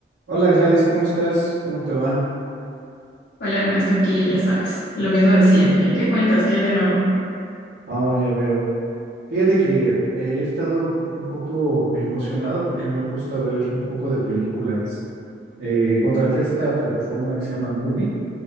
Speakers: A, on the right (about 85°); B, on the left (about 75°).
A: Hola Gladys, ¿cómo estás? ¿Cómo te va?
B: Hola Ernesto, aquí ya sabes, lo mismo de siempre. ¿Y qué cuentas? ¿Qué hay de nuevo?
A: Oh, ya veo. Fíjate que eh, he estado un poco emocionado porque me he puesto a ver un poco de películas. Eh, contraté esta plataforma que se llama Movie